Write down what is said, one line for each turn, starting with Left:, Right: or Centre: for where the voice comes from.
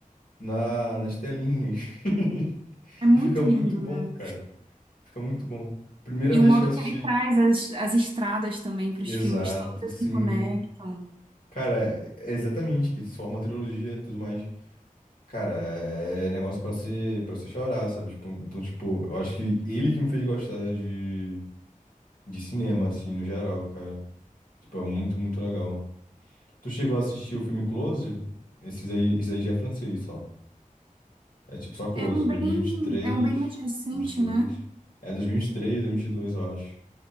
Left: na, nas telinhas. <laughs>
Right: É muito
Left: E fica muito
Right: lindo,
Left: bom,
Right: né?
Left: cara. Fica muito bom. Primeira
Right: E
Left: vez
Right: o modo
Left: que eu assisti.
Right: que ele traz as, as estradas também para
Left: Exato,
Right: os filmes, todas
Left: sim.
Right: se conectam.
Left: Cara, é exatamente, que se forma uma trilogia e tudo mais. Cara, é negócio pra ser, pra você chorar, sabe? Tipo, então, tipo, eu acho que ele que me fez gostar de, de cinema, assim, no geral, cara. Tipo, é muito, muito legal. Tu chegou a assistir o filme Close? Esses aí, esse aí já é francês só. É tipo só Close,
Right: É um
Left: 2023,
Right: bem, é um bem mais recente,
Left: 22.
Right: né?
Left: É 2023, 2022, eu acho.